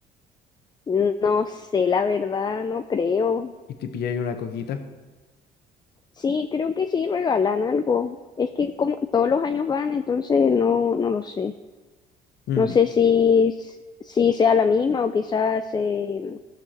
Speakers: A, on the left; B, on the left.
A: No sé, la verdad, no creo.
B: y te pilláis una coquita.
A: Sí, creo que sí regalan algo. Es que como todos los años van, entonces no, no lo sé.
B: Mm,
A: No sé si, si sea la misma o quizás se,